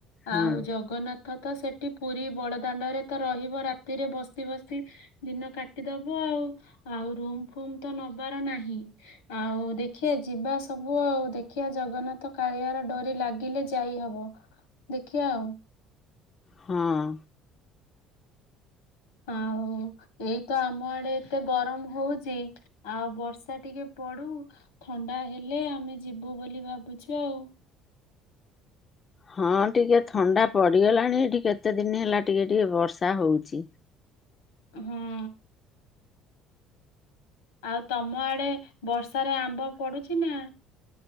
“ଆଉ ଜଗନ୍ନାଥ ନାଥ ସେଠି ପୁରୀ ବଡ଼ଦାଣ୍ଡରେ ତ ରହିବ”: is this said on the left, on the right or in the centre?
Left